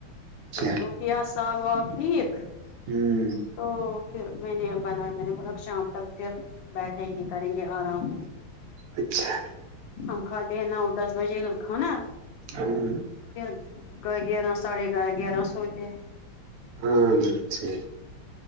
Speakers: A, on the right (about 85°); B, on the left (about 75°).
A: اچھا
B: تو یا سگ وگ ٹھیک
A: ہوں
B: تو پھر میں نے بنا میں نے بولا شام تک پھر بیٹھیں گے کریں گے آرام
A: اچھا
B: ہم خاتے ن دس بجے کا نا
A: <inaudible>
B: پھر گیارہ ساڑھے گیارہ گیارہ سوتے
A: ہاں بالک صی